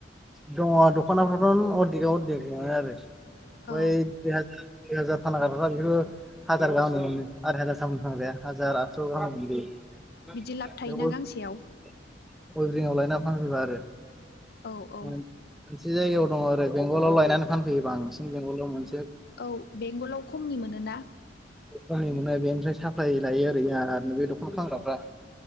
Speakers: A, in the centre; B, on the left.
A: दङ दख'नाफ्रावथ' अर्देकआव अर्देक मोनो आरो
B: औ
A: बै दुइ हाजार दुइ हाजार फानग्रा <unintelligible> बिसोर <unintelligible> हाजार गाहामनो मोनो आराय हाजार गाहामनि फानग्राया हाजार आदस' गाहाम मोन जायो
B: बिदि लाब थायोना
A: बे उइभिङाव
B: गांसेयाव
A: लायो ना <unintelligible> बांग्रिबा आरो
B: औ औ
A: मोनसे जायगायाव दङ आरो बेंगलाव लायनानै फानफैयोबा बांसिन बेंगलाव मोन
B: औ बेंगलाव खमनि मोनोना
A: बाहाय मोनो बेनिफ्राय साप्लाय लायो ओरै आरो बे दख'ना फानग्राफ्रा